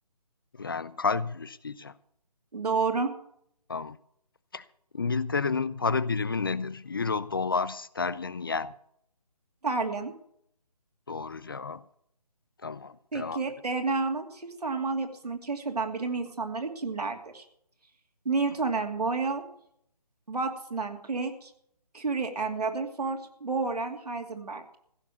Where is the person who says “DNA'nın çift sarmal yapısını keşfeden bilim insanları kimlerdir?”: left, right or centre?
Right